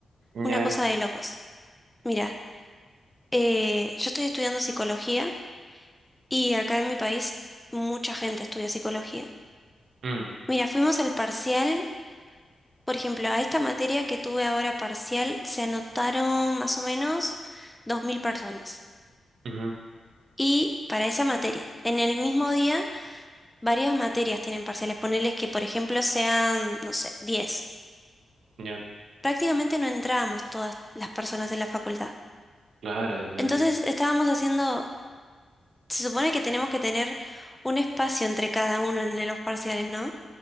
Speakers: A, on the right; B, in the centre.
A: Ya.
B: una cosa de locos. Mira, eh, yo estoy estudiando psicología y acá en mi país mucha gente estudia psicología.
A: mm,
B: Mira, fuimos al parcial, por ejemplo, a esta materia que tuve ahora parcial se anotaron más o menos 2.000 personas.
A: ujú,
B: Y para esa materia, en el mismo día Varias materias tienen parciales. Ponerles que, por ejemplo, sean, no sé, diez
A: Ya.
B: Prácticamente no entrábamos todas las personas en la facultad.
A: Claro, ve.
B: Entonces estábamos haciendo, se supone que tenemos que tener un espacio entre cada uno en los parciales, ¿no?